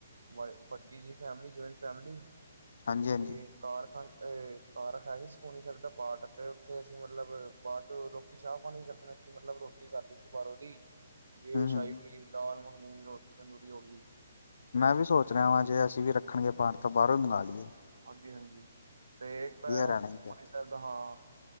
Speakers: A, on the right; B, on the left.
A: ਵਾਏ ਵੱਡੀ ਜੀ ਫੈਮਿਲੀ, ਜੋਇੰਟ ਫੈਮਲੀ,
B: ਹਾਂਜੀ ਹਾਂਜੀ
A: ਤੇ ਕਾਰ- ਕਾਰ ਏ ਕਾਰ ਹੈ ਨੀ ਸੁਖਮਨੀ ਸੈਬ ਦਾ ਪਾਠ ਤੇ ਉੱਥੇ ਅਸੀ ਮਤਲਬ ਬਾਦ ਚੋ ਲੋਕ ਲੋਕੀ ਚਾ ਪਾਨੀ ਕਰਦੇ ਨੇ, ਅਸੀ ਮਤਲਬ ਰੋ ਰੋਟੀ ਕਾਰਨੀ ਸੀ ਬਾਰੋਂ ਦੀ ਜੇ
B: ਹਮ
A: ਸ਼ਾਈ
B: ਹਮ
A: ਪਨੀਰ‌, ਦਾਲ ਮੱਖਨੀ ਰੋਟੀ ਤੰਦੂਰੀ ਹੋ ਗੀ।
B: ਮੈਂ ਵੀ ਸੋਚ ਰੇਆਂ ਵਾਂ ਜੇ ਅਸੀ ਵੀ ਰੱਖਨਗੇ ਪਾਠ ਤੋ ਬਾਰੋ ਈ ਮੰਗਾ ਲੀਏ।
A: ਹਾਂਜੀ-ਹਾਂਜੀ ਤੇ ਇੱਕ ਤਾਂ ਐ ਓ
B: ਰਹਿਣਾ
A: ਸੁਖਮਨੀ
B: ਹੀ ਫਿਰ
A: ਸੈਬ ਦਾ, ਹਾਂ